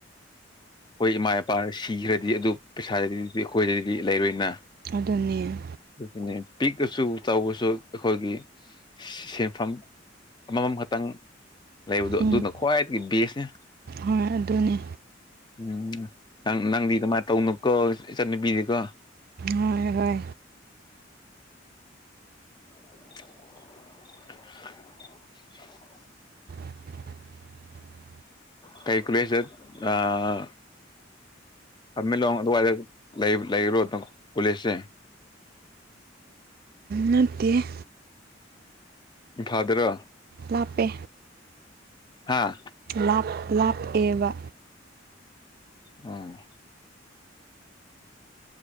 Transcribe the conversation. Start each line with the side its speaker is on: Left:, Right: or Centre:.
Left: ꯈꯣꯏ ꯏꯃꯥ ꯏꯄꯥ ꯁꯤꯈ꯭ꯔꯗꯤ ꯑꯗꯨ ꯄꯩꯁꯥꯗꯨꯗꯤ ꯑꯈꯣꯏꯗꯗꯤ ꯂꯩꯔꯣꯏꯅ
Right: ꯑꯗꯨꯅꯦ
Left: ꯗꯨꯒꯤꯅꯦ ꯄꯤꯛꯑꯁꯨ ꯆꯥꯎꯕꯁꯨ ꯑꯩꯈꯣꯏꯒꯤ ꯁꯦꯐꯝ ꯑꯃꯃꯝ ꯈꯇꯪ ꯂꯩꯕꯗꯣ ꯑꯗꯨꯅ
Right: ꯎꯝ
Left: ꯈ꯭ꯋꯥꯏꯗꯒꯤ ꯕꯦꯁꯅꯦ
Right: ꯍꯣꯏ ꯑꯗꯨꯅꯦ
Left: ꯎꯝ ꯅꯪ ꯅꯪꯗꯤ ꯀꯃꯥꯏ ꯇꯧꯅꯨꯀꯣ ꯏꯆꯟ ꯅꯨꯄꯤꯗꯤꯀꯣ
Right: ꯍꯣꯏ ꯍꯣꯏ
Left: <inaudible> <inaudible>
Right: <unintelligible>
Left: ꯀꯩ ꯀꯨꯂꯦꯖꯗ ꯑꯥ ꯊꯝꯃꯤꯜꯂꯣꯡ ꯑꯗꯨꯋꯥꯏꯗ ꯂꯩꯔꯣ ꯄꯨꯂꯤꯁꯁꯦ
Right: ꯅꯠꯇꯦ
Left: ꯐꯝꯚꯥꯜꯗ꯭ꯔꯣ
Right: ꯂꯥꯞꯄꯦ
Left: ꯍꯥꯥ
Right: ꯂꯞ ꯂꯥꯞꯄꯦꯕ
Left: ꯎꯝ